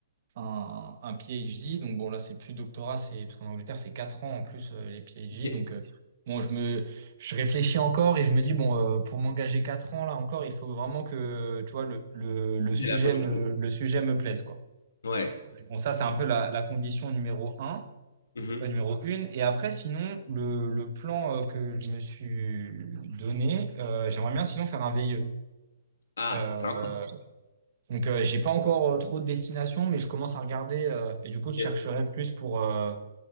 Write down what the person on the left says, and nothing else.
Ok.
C'est
la volonté.
Ouais.
Mhm.
Ah,
c'est un...
Ok,